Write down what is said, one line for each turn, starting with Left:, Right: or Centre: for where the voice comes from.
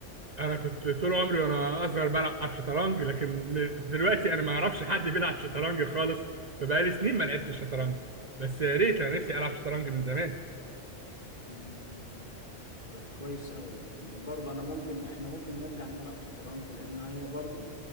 Right: انا كنت طول عمري وانا اصغر بلعب شطرنج لكن ل- دلوقتي انا ما اعرفش حد بيلعب شطرنج خالص فبقالي سنين ما لعبتش شطرنج بس يا ريت انا نفسي العب شطرنج من زمان
Left: مم، مم، مم. طب كويس أوي برضه أنا ممكن إحنا ممكن نرجع نلعب شطرنج لأن هي برضه